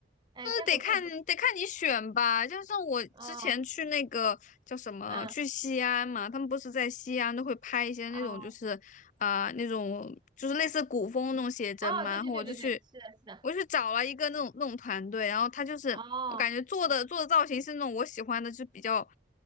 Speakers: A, on the right (about 25°); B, on the left (about 40°).
A: 哎，价格贵不？
B: 得看得看你选吧，就像我之前去那个叫什么，
A: 哦，嗯，
B: 去西安嘛，他们不是在西安都会拍一些那种就是
A: 哦，
B: 啊、呃那种就是类似古风那种写真嘛，
A: 哦，对对对对对，
B: 然后我就去
A: 是的，是的，
B: 我去找了一个那种那种团队，然后他就是我感觉做的做的造型是那种我喜欢的，
A: 哦
B: 就比较